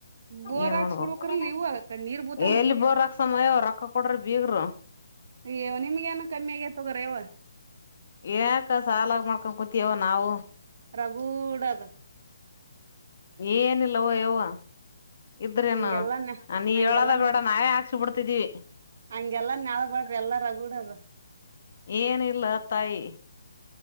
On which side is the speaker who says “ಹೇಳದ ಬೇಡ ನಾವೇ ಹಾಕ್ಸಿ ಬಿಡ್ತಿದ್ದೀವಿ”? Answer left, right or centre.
Left